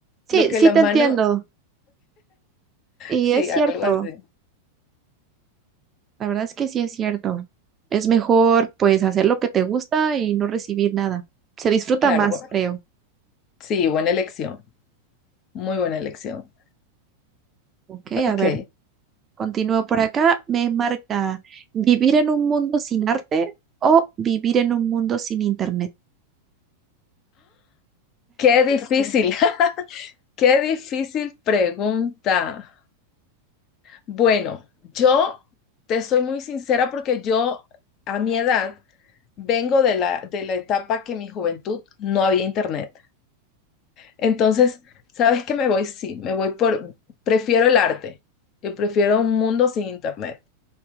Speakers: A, on the right; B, on the left.
A: Sí,
B: Lo que
A: sí
B: la
A: te
B: mano,
A: entiendo. Y
B: sí,
A: es
B: algo
A: cierto,
B: así,
A: la verdad es que sí es cierto. Es mejor pues hacer lo que te gusta y no recibir nada. Se disfruta
B: claro,
A: más,
B: bueno,
A: creo.
B: sí, buena elección, muy buena elección.
A: Ok, a
B: Ok,
A: ver, continúo por acá. Me marca vivir en un mundo sin arte o vivir en un mundo sin internet.
B: qué difícil, <laughs> qué difícil pregunta. Bueno, yo te soy muy sincera porque yo a mi edad vengo de la, de la etapa que en mi juventud no había internet. Entonces, ¿sabes qué me voy? Sí, me voy por, prefiero el arte, yo prefiero un mundo sin internet.